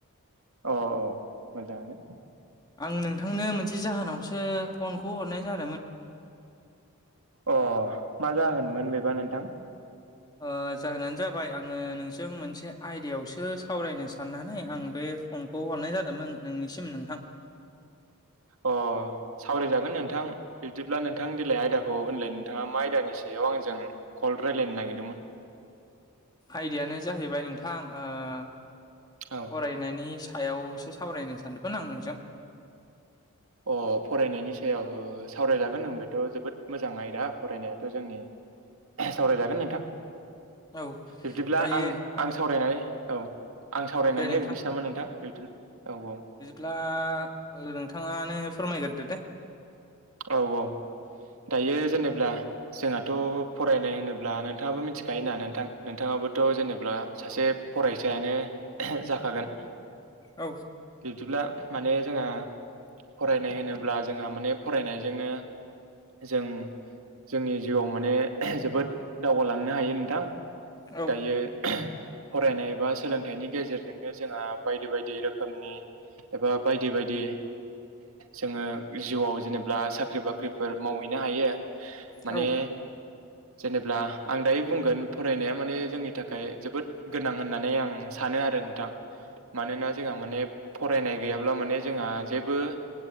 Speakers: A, on the right; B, on the left.
A: अ-अ मोजाङानो
B: आं नोंथांनो मोनसे जाहोनावसो फनखौ हरनाय जादों
A: अ मा जाहोनमोन बेबा नोंथां?
B: ओ जाहोनानो जाबाय आङो नोंजों मोनसे आयदायावसो सावरायनो साननानै आं बे बे फनखौ हरनाय जादोंमोन नोंनिसिम नोंथां।
A: अ सावरायजागोन नोंथां। बिब्दिब्ला नोंथां देेलाय आयदाखौ होनलाय नोंथाङा मा आयदानि सायाव बेयाव आंजों कल रायज्लायनो नागिरदोंमोन
B: आयडायानो जाहैबाय नोंथां ओ
A: औ
B: फरायनायनि सायावसो सावरायनो सानदोंमोन आं नोंजों
A: अ फरायनायनि सायाव ओ सावरायजागोन नों बेथ' जोबोद मोजां आयदा फरायनायाथ' जोंनि सावरायजागोन नोंथां।
B: औ
A: बिब्दिब्ला
B: दायो
A: आं-आं
B: औ
A: सावरायनानै औ आं सावरायनानै
B: दे नोंथां
A: होग्रोनोसै नामा नोंथां? <unintelligible> औ-औ
B: बिदिब्ला ओ-नोंथाङानो फोरमायग्रोदो दे
A: औ-औ दायो जेनेब्ला जोंहाथ' फरायनाय होनोब्ला नोंथाङाबो मिथिखायोना नोंथां नोंथाङा बोथ' जेनेब्ला सासे फरायसायानो <unintelligible> जाखागोन
B: औ
A: बिबदिब्ला माने जोंहा फरायनाय होनोब्ला जोंहा माने फरायनायजोंनो जों जोंनि जिउआव माने <unintelligible> जोबोद दावगालांनो हायो नोंथां
B: औ
A: दायो <unintelligible> फरायनाय बा सोलोंथाइनि गेजेरजोंनो जोंहा बायदि बायदि रोखोमनि एबा बायदि बायदि जोङो जिउआव जेनेबा साख्रि बाख्रिफोर मावहैनो हायो माने
B: औ
A: जेनेब्ला आं दायो बुंगोन फरायनाया माने जोंनि थाखाय जोबोद गोनां होननानै आं सानो आरो आरो नोंथां
B: <inaudible>
A: मानोना जोंहा माने फरायनाय गैयाब्ला माने जोंहा जेबो